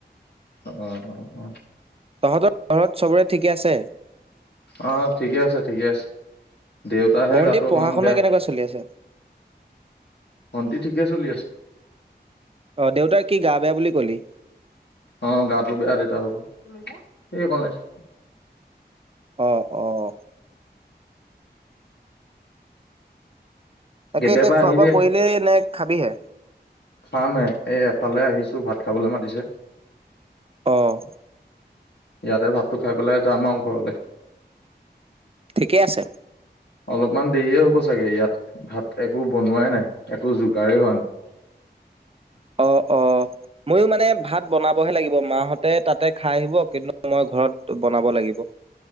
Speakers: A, on the left; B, on the right.
A: অঁ অঁ অঁ।
B: তহঁতৰ ঘৰত চবৰে ঠিকে আছে?
A: অঁ অঁ, ঠিকে আছে ঠিকে আছে। দেউতাৰহে
B: ভণ্টিৰ
A: গাটো
B: পঢ়া
A: অকমান
B: শুনা
A: বেয়া।
B: কেনেকুৱা চলি আছে?
A: ভন্টি ঠিকে চলি আছে।
B: অ দেউতাৰ কি গা বেয়া বুলি ক'লি।
A: অঁ, গাটো বেয়া দেউতা ভাগৰ‌। এ অকণ ওলাইছো।
B: অ' অ'। তাকে
A: কেতিয়াবা
B: এতিয়া
A: আহিবি
B: খোৱা-বোৱা কৰিলেই নে খাবিহে?
A: খামহে। এ এফালে আহিছো, ভাত খাবলৈ মাতিছে।
B: অহ।
A: ইয়াতে ভাতটো খাই পেলাই যাম আৰু ঘৰলে।
B: ঠিকেই আছে।
A: অলপমান দেৰিয়ে হ'ব চাগে ইয়াত ভাত একো বনোৱাই নাই একো যোগাৰেই হোৱা নাই।
B: অঁ অঁ। ময়ো মানে ভাত বনাবহে লাগিব। মাহঁতে তাতে খাই আহিব কিন্তু মই ঘৰত বনাব লাগিব।